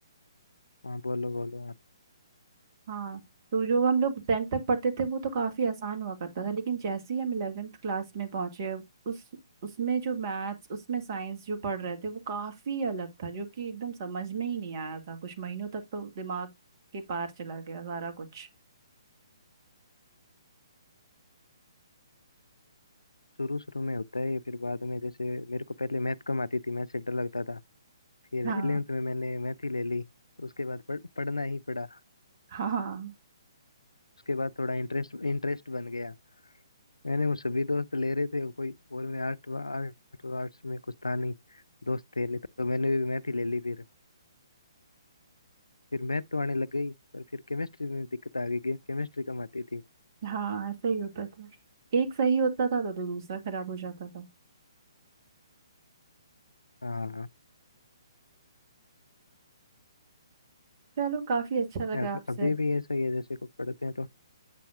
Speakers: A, on the left (about 80°); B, on the right (about 40°).
A: हाँ बोलो बोलो आप
B: हाँ तो जो हम लोग टेंथ तक पढ़ते थे वो तो काफी आसान हुआ करता था लेकिन जैसे ही हम इलेवेंथ क्लास में पहुंचे उस उसमें जो मैथ्स उसमें साइंस जो पढ़ रहे थे वो काफी अलग था जो कि एकदम समझ में ही नहीं आया था कुछ महीनों तक तो दिमाग के पार चला गया सारा कुछ
A: शुरू शुरू में होता है ये, फिर बाद में जैसे मेरे को पहले मैथ कम आती थी मैथ से डर लगता था फिर
B: हाँ
A: इलेवेंथ में मैंने मैथ ही ले ली तो उसके बाद पढ़, पढ़ना ही पड़ा
B: हाँ
A: उसके बाद थोड़ा इंटरेस्ट इंटरेस्ट बन गया मैंने वो सभी दोस्त ले रहे थे कोई और मैं आर्ट आर्ट आर्ट्स में कुछ था नहीं दोस्त थे नहीं तो मैंने भी मैथ ही ले ली फिर फिर मैथ तो आने लग गई पर फिर केमिस्ट्री में दिक्कत आ गई कि केमिस्ट्री कम आती थी
B: हाँ ऐसा ही होता था एक सही होता था तो, तो दूसरा खराब हो जाता था
A: हाँ
B: चलो काफी अच्छा लगा
A: अब
B: आपसे
A: अभी भी ऐसा ही है जैसे को पढ़ते हैं तो